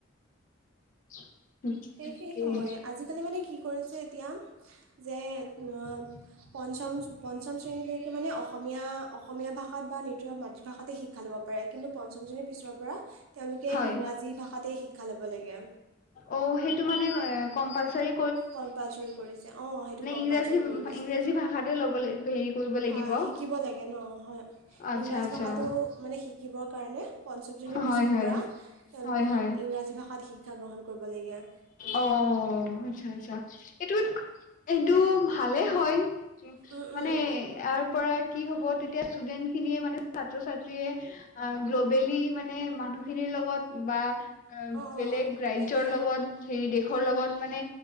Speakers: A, on the left; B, on the right.
A: <unintelligible>
B: সেই
A: তাকেই
B: সেই সময়ে আজিকালি মানে কি কৰিছে এতিয়া যে অ পঞ্চম পঞ্চম শ্ৰেণীলৈকে মানে অসমীয়া অসমীয়া ভাষাত বা নিজৰ মাতৃভাষাতে শিক্ষা ল'ব পাৰে কিন্তু পঞ্চম পিছৰ পৰা তেওঁলোকে
A: হয়
B: ইংৰাজী ভাষাতেই শিক্ষা ল'ব লাগে।
A: অ সেইটো মানে কম্পালচাৰি
B: কম্পালচাৰি কৰিছে অঁ সেইটো কম্পালচাৰি
A: ইংৰাজী
B: কৰিছে।
A: ইংৰাজী ভাষাতে ল'ব হেৰি কৰিব লাগিব
B: হয় শিকিব লাগে ন হয়
A: আচ্ছা
B: ইংৰাজী
A: আচ্ছা
B: ভাষাটো মানে শিকিব কাৰণে পঞ্চম শ্ৰেণীৰ
A: হয়
B: পিছৰ
A: হয়
B: পৰা তেওঁলোকক
A: হয় হয়
B: ইংৰাজী ভাষাত শিক্ষা গ্ৰহণ কৰিব লগীয়া
A: অ আচ্ছা আচ্ছা এইটো, এইটো ভালে হয়।
B: উম
A: মানে
B: উম,
A: ইয়াৰ পৰা কি হব তেতিয়া ষ্টুডেণ্টখিনিয়ে মানে ছাত্ৰ ছাত্ৰীয়ে অ গ্ল'বেলি মানে মানুহ খিনিৰ লগত বা অ
B: অঁ অঁ
A: বেলেগ ৰাজ্যৰ
B: তাকে
A: লগত হেৰি দেশৰ লগত মানে